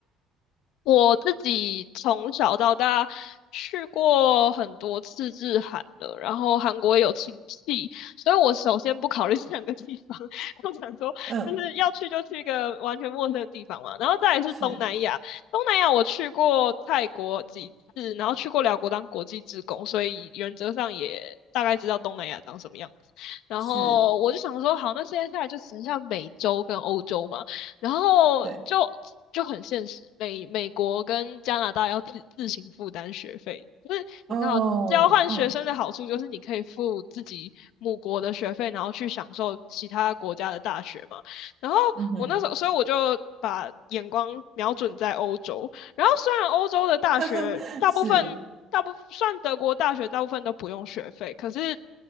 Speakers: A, on the left; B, on the right.
A: 我自己从小到大去过很多次日韩了，然后韩国也有亲戚，所以我首先不考虑 <laughs> 这两个地方，<laughs> 我想说就是要去就去一个完全陌生的地方嘛，
B: 嗯，
A: 然后再来是东南亚，
B: 是
A: 东南亚我去过泰国几次，然后去过辽国当国际职工，所以原则上也大概知道东南亚长什么样子。然后我就想说，
B: 是，
A: 好，那现在下来就只剩下美洲跟欧洲嘛。然后就就很现实，
B: 对，
A: 美美国跟加拿大要自自行负担学费，就是你知道交换学生的好处就是你可以付自己母国的学费，
B: 哦，嗯
A: 然后去享受其他国家的大学嘛。然后我那时候，
B: 嗯哼，
A: 所以我就把眼光瞄准在欧洲。然后虽然欧洲的大学大部分大部算德国大学大部分都不用学费，
B: <laughs> 哈哈，是。
A: 可是